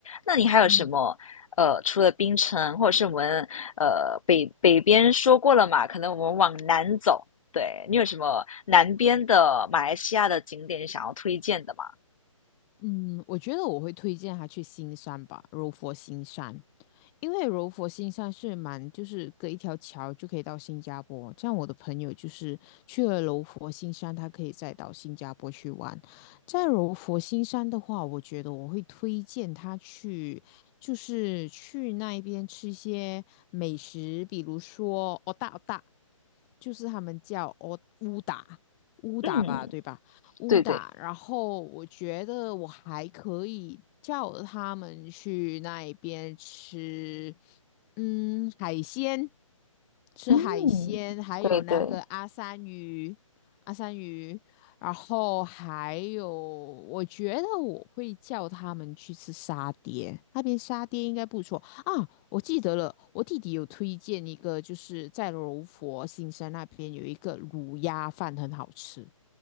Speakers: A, on the left; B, in the centre.
A: 那你还有什么？
B: 嗯
A: 呃，除了槟城，或者是我们呃北北边说过了嘛，可能我们往南走，对，你有什么南边的马来西亚的景点想要推荐的吗？
B: 嗯，我觉得我会推荐他去新山吧，柔佛新山。因为柔佛新山是蛮，就是隔一条桥就可以到新加坡。这样我的朋友就是去了柔佛新山，他可以再到新加坡去玩。在柔佛新山的话，我觉得我会推荐他去，就是去那一边吃一些美食，比如说哦大哦大，就是他们叫哦乌达乌达吧，
A: 嗯，
B: 对吧？乌达，
A: 对对，
B: 然后我觉得我还可以叫他们去那边吃，嗯，海鲜。吃海鲜，
A: 嗯，
B: 还有那个阿三鱼，
A: 对对，
B: 阿三鱼，然后还有，我觉得我会叫他们去吃沙爹，那边沙爹应该不错啊。我记得了，我弟弟有推荐一个，就是在柔佛新山那边有一个卤鸭饭很好吃，